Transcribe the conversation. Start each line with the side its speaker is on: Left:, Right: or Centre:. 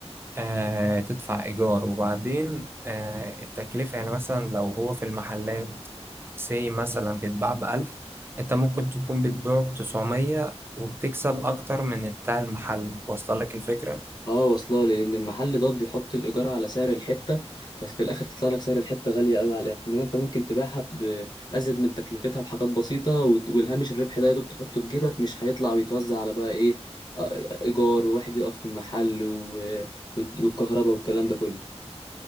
Right: آه تدفع إيجار وبعدين آه التكلفة يعني مثلا لو هو في المحلات سي مثلا بيتباع بألف أنت ممكن تكون بتبيعه بتسعمية وبتكسب أكتر من بتاع المحل واصلة لك الفكرة
Left: اه واصله لي لان المحل دوت بيحط الايجار على سعر الحتة ففي الاخر تطلع لك سعر الحتة غالية قوي على الاخر انما انت ممكن تبيعها بازيد من تكلفتها بحاجات بسيطة وت- والهامش الربح ده يا دوب تحطه في جيبك مش هيطلع ويتوزع على بقى ايه آه، ايجار وواحد يقف في المحل و- والكهرباء والكلام ده كله